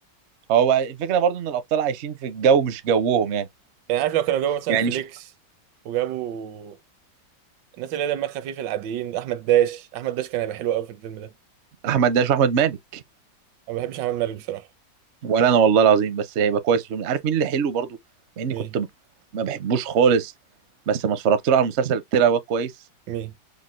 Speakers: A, on the right; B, on the right.
A: هو الفكره برضو ان الابطال عايشين في الجو مش جوهم يعني
B: يعني عارف لو كانوا جابوا مثلا
A: يعني
B: فليكس
A: ش-
B: وجابوا الناس اللي هي دمها خفيف العاديين احمد داش احمد داش كان هيبقى حلو قوي في الفيلم ده
A: احمد داش واحمد مالك
B: انا ما بحبش احمد مالك بصراحه
A: ولا انا والله العظيم بس هيبقى كويس في عارف مين اللي حلو برضو مع اني
B: مين
A: كنت ب- ما بحبوش خالص بس لما اتفرجت له على المسلسل طلع هو كويس
B: مين